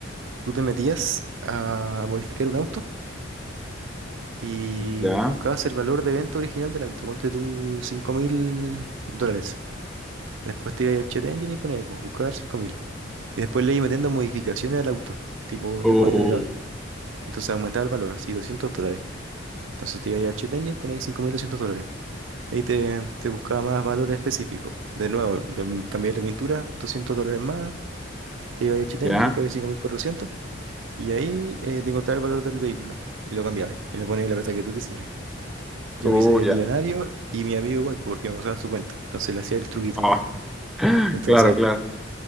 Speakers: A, on the right; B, in the centre.
A: tú te metías a modificar un auto. y
B: ya.
A: buscabas el valor de venta original del auto, ponte tú cinco mil dólares. Después te ibas al Chat Engine y ponías, pues, buscar cinco mil. Y después le ibas metiendo modificaciones al auto, tipo
B: Oh,
A: le ponías un alerón. Entonces aumentaba el valor, así 200 dólares. Entonces te ibas al Chat Engine y ponías 5.200 dólares. Y ahí te, te buscaba más valores específicos. De nuevo, le- cambiar la pintura, 200 dólares más. Te ibas al Chat
B: ya.
A: Engine, buscabas cinco mil cuatrocientos Y ahí eh, te encontraba el valor del vehículo. Y lo cambiabas. Y le ponías la plata que tú quisieras. Yo
B: Oh,
A: me hice
B: ya.
A: millonario y mi amigo igual, porque me pasaban su cuenta. Entonces le hacía el truquito
B: Oh,
A: ahí.
B: <laughs>
A: Entonces
B: claro, claro.